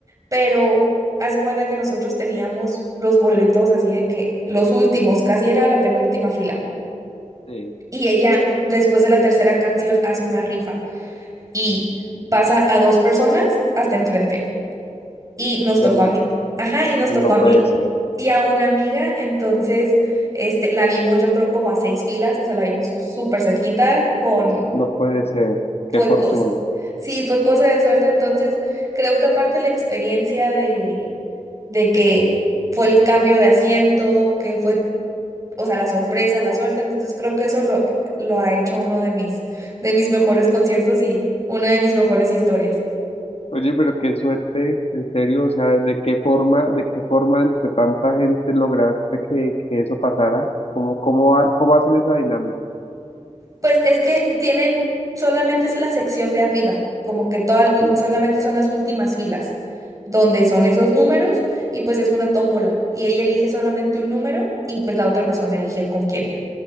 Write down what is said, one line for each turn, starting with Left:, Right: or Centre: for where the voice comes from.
Right: pero haz de cuenta que nosotros teníamos los boletos así de que los últimos, casi era la penúltima fila.
Left: sí,
Right: Y ella, después de la tercera canción, hace una rifa y pasa a dos personas hasta enfrente y nos
Left: verdad,
Right: tocó a mí. Ajá, y nos
Left: no
Right: tocó a
Left: puede
Right: mí
Left: ser,
Right: y a una amiga, entonces este, la vimos yo creo como a seis filas, o sea, la vimos súper cerquita con...
Left: no puede ser,
Right: Fue
Left: qué fortuna.
Right: cosa. Sí, fue cosa de suerte, entonces creo que aparte la experiencia de, de que fue el cambio de asiento, que fue, o sea, la sorpresa, la suerte, entonces creo que eso lo, lo ha hecho uno de mis, de mis mejores conciertos y una de mis mejores historias.
Left: Oye, pero qué suerte, en serio, o sea, de qué forma, de qué forma entre tanta gente lograste que, que eso pasara, cómo, cómo, ha- cómo hacen esa dinámica,
Right: Pues es que tienen, solamente es la sección de arriba, como que toda,
Left: sí,
Right: solamente son las últimas filas, donde son esos números y pues es una tómbola y ella elige solamente un número y pues la otra persona elige con quién ir.